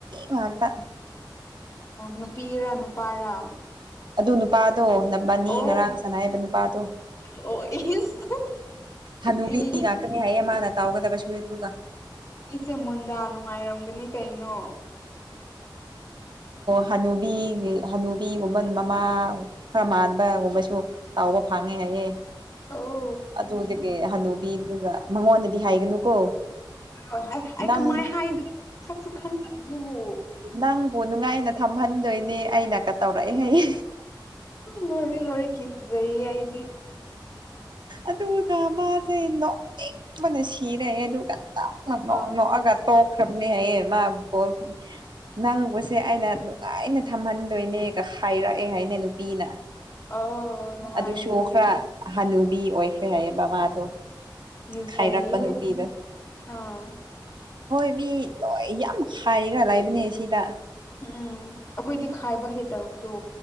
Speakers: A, on the right; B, on the left.
A: ꯉꯥꯛꯇ
B: ꯅꯨꯄꯤꯔ ꯅꯨꯄꯥꯔꯥ
A: ꯑꯗꯨ ꯅꯨꯄꯥꯗꯣ ꯅꯕꯥꯅꯤ
B: ꯑꯣ
A: ꯉꯔꯥꯡ ꯁꯥꯟꯅꯩ ꯍꯥꯏꯕ ꯅꯨꯄꯥꯗꯣ
B: ꯑꯣ ꯏꯁ
A: ꯍꯅꯨꯕꯤ
B: ꯃꯤ
A: ꯉꯥꯛꯇꯅꯤ ꯍꯥꯏꯌꯦ ꯃꯥꯅ ꯇꯥꯎꯒꯗꯕ ꯁꯨꯔꯏ ꯑꯗꯨꯒ
B: ꯑꯩꯁꯦ ꯃꯨꯟꯗꯥ ꯅꯨꯡꯉꯥꯏꯔꯝꯒꯅꯤ ꯀꯩꯅꯣ
A: ꯍꯅꯨꯕꯤ ꯍꯅꯨꯕꯤꯒꯨꯝꯕꯟ ꯃꯃꯥ ꯈꯔ ꯃꯥꯟꯕꯒꯨꯝꯕꯁꯨ ꯇꯥꯎꯕ ꯐꯥꯡꯉꯦ ꯍꯥꯏꯌꯦ
B: ꯑꯣ
A: ꯑꯗꯨꯗꯒꯤ ꯍꯅꯨ ꯑꯗꯨꯒ ꯃꯉꯣꯟꯗꯗꯤ ꯍꯥꯏꯒꯅꯨꯀꯣ
B: ꯍꯣꯏ ꯑꯩ
A: ꯅꯪ
B: ꯀꯃꯥꯏꯅ ꯍꯥꯏꯗꯦ ꯁꯛꯁꯨ ꯈꯪꯗꯕ ꯑꯗꯨꯕꯨ
A: ꯅꯪꯕꯨ ꯅꯨꯡꯉꯥꯏꯅ ꯊꯝꯍꯟꯗꯣꯏꯅꯦ ꯑꯩꯅ ꯀ ꯇꯧꯔꯛꯑꯦ
B: ꯂꯣꯏꯔꯦ ꯂꯣꯏꯔꯦ ꯀꯤꯖꯩꯌꯦ ꯑꯩꯗꯤ
A: ꯑꯗꯨꯒ ꯃꯥꯁꯦ ꯅꯣꯛꯅꯤꯡꯄꯅ ꯁꯤꯔꯑꯦ ꯑꯗꯨꯒ ꯀ
B: ꯑꯥ
A: ꯑꯒ ꯇꯣ ꯈꯔꯅꯤ ꯍꯥꯏꯌꯦ ꯃꯥ ꯕꯥꯜ ꯅꯪꯕꯨꯁꯦ ꯑꯩꯅ ꯅꯨꯡꯉꯥꯏꯅ ꯊꯝꯍꯟꯗꯣꯏꯅꯦꯒ ꯍꯥꯏꯔꯛꯑꯦ ꯍꯥꯏꯅꯦ ꯅꯨꯄꯤꯅ
B: ꯑꯧ ꯅꯨꯡꯉꯥꯏꯔꯦꯅꯦ
A: ꯑꯗꯨꯁꯨ ꯈꯔ ꯍꯅꯨꯕꯤ ꯑꯣꯏꯈ꯭ꯔꯦ ꯍꯥꯏꯌꯦꯕ ꯕꯥꯥꯗꯣ
B: ꯀꯤꯖꯩꯍꯦ
A: ꯈꯥꯏꯔꯛꯄ ꯅꯨꯄꯤꯗ
B: ꯑꯥ
A: ꯍꯣꯏ ꯃꯤ ꯂꯣꯏ ꯌꯥꯝ ꯍꯥꯏꯔ ꯂꯩꯕꯅꯦ ꯁꯤꯗ
B: ꯎꯝ ꯑꯩꯈꯣꯏꯗꯤ ꯈꯥꯏꯕ ꯍꯩꯇꯕꯗꯣ